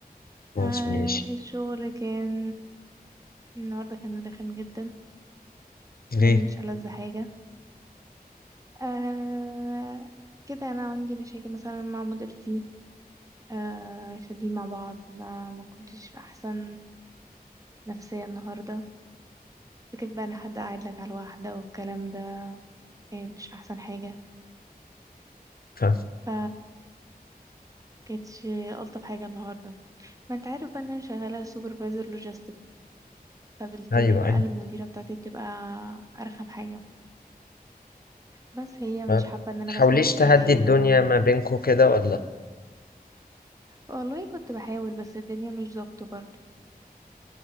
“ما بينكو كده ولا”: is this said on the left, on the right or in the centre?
Left